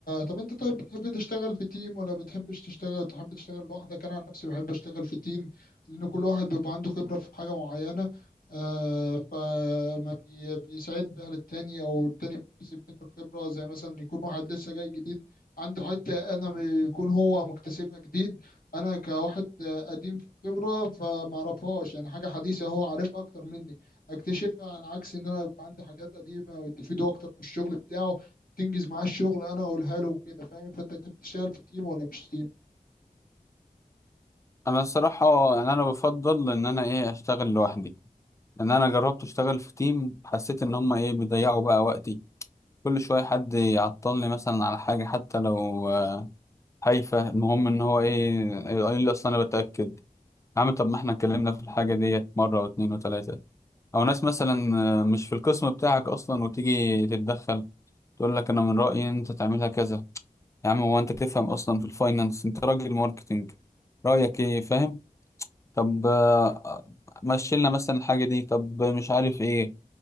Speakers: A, on the left; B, on the left.
A: طب انت طيب بتحب تشتغل في تيم ولا بتحبش تشتغل تحب تشتغل لوحدك انا عن نفسي بحب اشتغل في تيم لان كل واحد بيبقى عنده خبرة في حاجة معينة آه فما بي- بيساعد بها للتاني او التاني بيكتسب منه الخبرة زي مثلا يكون واحد لسه جاي جديد عنده حتة انا يكون هو مكتسبها جديد انا كواحد آه، قديم في الخبرة فما اعرفهاش يعني حاجة حديثة هو عارفها اكتر مني اكتشفها على عكس ان انا يبقى عندي حاجات قديمة ويستفيدوا اكتر في الشغل بتاعه تنجز معاه الشغل انا اقولها له وكده فاهم فانت كنت بتشتغل في تيم ولا مش تيم
B: انا الصراحة يعني انا بفضل ان انا ايه اشتغل لوحدي لان انا جربت اشتغل في تيم حسيت ان هما ايه بيضيعوا بقى وقتي كل شوية حد يعطلني مثلا على حاجة حتى لو آه، هايفة المهم ان هو ايه يقول لي اصلا انا بتأكد يا عم طب ما احنا اتكلمنا في الحاجة ديت مرة واتنين وتلاتة أو ناس مثلا آه، مش في القسم بتاعك أصلا وتيجي تتدخل تقول لك أنا من رأيي إن أنت تعملها كذا يا عم هو أنت تفهم أصلا في الفاينانس أنت راجل ماركتينج رأيك إيه فاهم طب آه، مشيلنا مثلا الحاجة دي طب مش عارف إيه